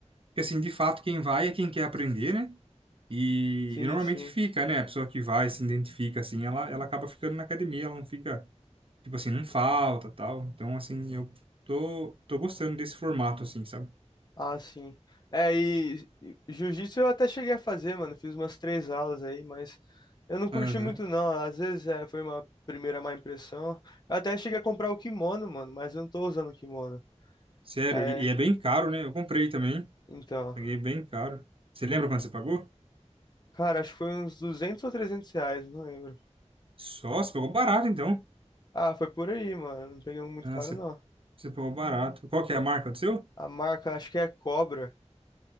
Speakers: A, on the right; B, on the left.
A: porque, assim, de fato, quem vai é quem quer aprender, né? E,
B: Sim,
A: e normalmente
B: sim.
A: fica, né? A pessoa que vai, se identifica, assim, ela, ela acaba ficando na academia, ela não fica, tipo assim, não falta, tal. Então, assim, eu tô, tô gostando desse formato, assim, sabe?
B: Ah, sim. É, e e jiu-jitsu eu até cheguei a fazer, mano. Fiz umas três aulas aí, mas eu não curti
A: Aham.
B: muito, não. Às vezes é, foi uma primeira má impressão. Eu até cheguei a comprar o kimono, mano, mas eu não tô usando o kimono.
A: Sério,
B: É,
A: e, e é bem caro, né? Eu comprei também.
B: então.
A: Paguei bem caro. Você lembra quanto você pagou?
B: Cara, acho que foi uns 200 ou 300 reais, não lembro.
A: Só, você pagou barato, então.
B: Ah, foi por aí, mano. Não peguei um muito
A: Ah,
B: caro,
A: você,
B: não.
A: você pagou barato. Qual que é a marca do seu?
B: A marca, acho que é Cobra.